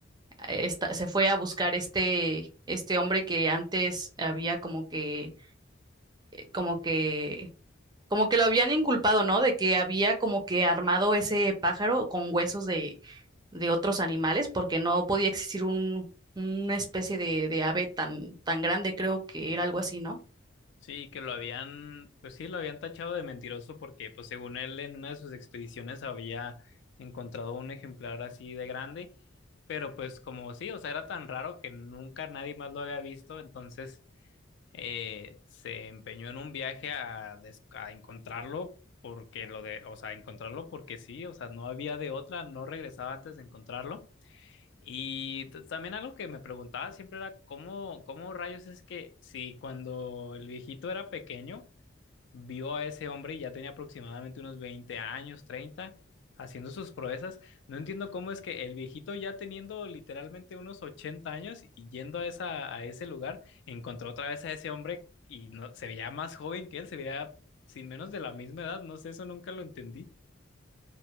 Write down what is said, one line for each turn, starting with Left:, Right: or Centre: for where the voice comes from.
Right: esta- se fue a buscar este, este hombre que antes había como que, como que, como que lo habían inculpado, ¿no? De que había como que armado ese pájaro con huesos de, de otros animales, porque no podía existir un, una especie de, de ave tan, tan grande, creo que era algo así, ¿no?
Left: Sí, que lo habían, pues sí, lo habían tachado de mentiroso porque, pues según él, en una de sus expediciones había encontrado un ejemplar así de grande, pero pues como sí, o sea, era tan raro que nunca nadie más lo había visto, entonces eh, se empeñó en un viaje a, des- a encontrarlo porque lo de, o sea, encontrarlo porque sí, o sea, no había de otra, no regresaba antes de encontrarlo. Y t- también algo que me preguntaba siempre era cómo, cómo rayos es que si cuando el viejito era pequeño, vio a ese hombre y ya tenía aproximadamente unos 20 años, 30 haciendo sus proezas, no entiendo cómo es que el viejito ya teniendo literalmente unos 80 años y yendo a, esa, a ese lugar, encontró otra vez a ese hombre y no, se veía más joven que él, se veía sin menos de la misma edad, no sé, eso nunca lo entendí.